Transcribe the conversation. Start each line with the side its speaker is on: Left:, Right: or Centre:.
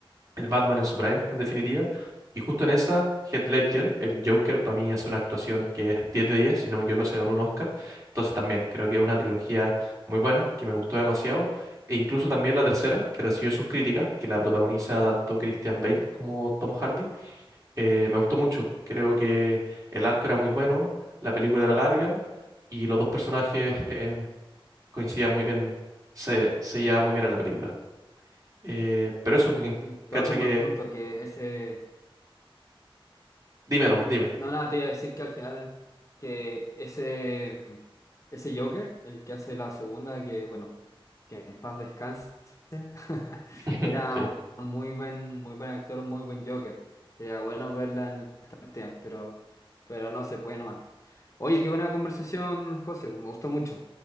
Right: el Batman en su prime, en definitiva. Y justo en esa, Heath Ledger, el Joker, para mí hace una actuación que es 10 de 10, si no me equivoco, se ganó un Oscar. Entonces también creo que es una trilogía muy buena, que me gustó demasiado. E incluso también la tercera, que recibió sus críticas, que la protagoniza tanto Christian Bale como Tom Hardy, eh, me gustó mucho. Creo que el arco era muy bueno,
Left: Mm,
Right: la película
Left: Sí.
Right: era larga y los dos personajes
Left: Sí, totalmente.
Right: eh, coincidían muy bien, se, se llevaban muy bien en la película. Eh, pero eso, Joaquín,
Left: Sí, tomas
Right: cacha
Left: un
Right: que
Left: buen punto, que ese.
Right: Dime nomás, dime.
Left: No, nada, te iba a decir que al final que ese, ese Joker, el que hace la segunda, que bueno, que en paz descanse, <laughs>
Right: <laughs>
Left: era
Right: Sí,
Left: un muy buen, muy buen actor, un muy buen Joker. Sería bueno verla en esta última, pero, pero no se puede nomás. Oye, qué buena conversación, José, me gustó mucho,